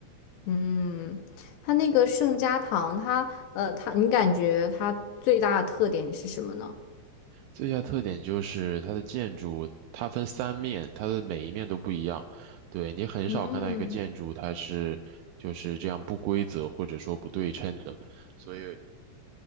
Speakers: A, on the left; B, on the right.
A: 嗯，它那个圣家堂，它呃，它你感觉它最大的特点是什么呢？
B: 最大特点就是它的建筑，它分三面，它的每一面都不一样。对，你很少看到一个建筑，
A: 嗯，
B: 它是就是这样不规则或者说不对称的。所以，